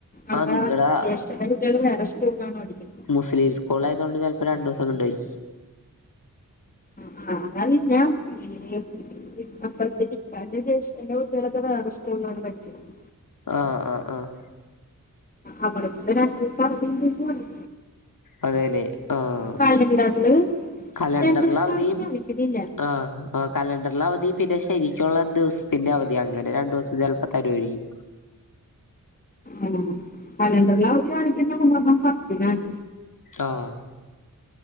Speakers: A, on the left; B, on the left.
A: അവിടാ
B: ആഹ് നിങ്ങടെ
A: ജ്യേഷ്ഠന്റെ കുട്ടിയള് വേറെ സ്കൂളിലാണ് പഠിക്ക്ന്ന്
B: മുസ്‌ലിം സ്കൂളായതോണ്ട് ചെലപ്പോ രണ്ടൂസംണ്ടായി
A: <unintelligible> അപ്പറത്തേ <unintelligible> ജേഷ്ഠന്റെ കുട്ട്യോളൊക്കെ വേറെ സ്കൂളിലാണ് പഠിക്കുന്നത്
B: ആഹ് ആഹ് ആഹ്
A: അവർക്ക് രണ്ടൂസം അവധിയിണ്ടെന്ന് പറഞ്ഞ്
B: അതെ ല്ലെ ആഹ്.
A: കലണ്ടറില്
B: കലണ്ടറ്ലവധിയും
A: രണ്ടു ദിവസത്തെ അവധി കാണിക്കുന്നില്ല
B: ആഹ് ആഹ്, കലണ്ടറ്ലെ അവധിം പിന്നെ ശരിക്കുള്ള ദിവസത്തിന്റെ അവധിം അങ്ങനെ രണ്ടു ദിവസം ചെലപ്പോ തരുവായിരിക്കും.
A: ഉം. കലണ്ടറ്ലവധി കാണിക്കുന്ന മുഹറം പത്തിനാണ്.
B: ആഹ്